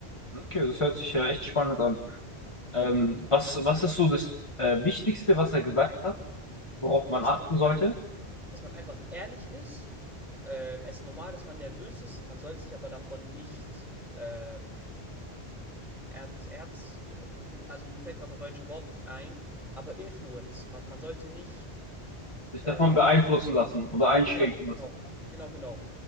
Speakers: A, on the left; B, in the centre.
A: Okay, das hört sich ja echt spannend an. Ähm, was, was ist so das äh, Wichtigste, was er gesagt hat, worauf
B: Dass,
A: man achten sollte?
B: dass man einfach ehrlich ist. Ähm, es ist normal, dass man nervös ist, man soll sich aber davon nicht ähm, Er hat, er hat, eben- also mir fällt gerade das deutsche Wort nicht ein, aber Influence. Man, man sollte nicht,
A: Sich
B: äh,
A: davon beeinflussen
B: Was?
A: lassen oder
B: ja,
A: einschränken
B: genau,
A: lassen.
B: genau, genau, genau.